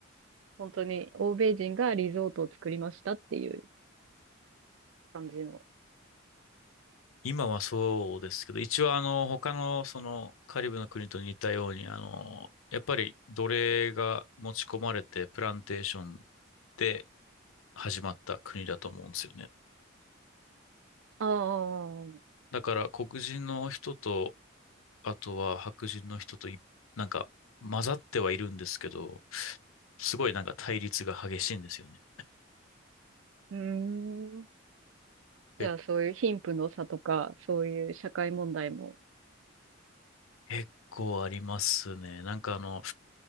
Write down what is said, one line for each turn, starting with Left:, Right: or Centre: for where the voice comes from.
Right: 本当に欧米人がリゾートを作りましたっていう感じの。
Left: 今はそうですけど、一応あの、他のその、カリブの国と似たように、あの、やっぱり奴隷が持ち込まれて、プランテーションで始まった国だと思うんですよね。
Right: ああ、う
Left: だから黒人の人と、あとは白人の人とい、なんか混ざってはいるんですけど、すごいなんか対立が激しいんですよね。
Right: ーん。
Left: え
Right: じゃあ、そういう貧富の差とか、そういう社会問題も。
Left: 結構ありますね。なんかあの、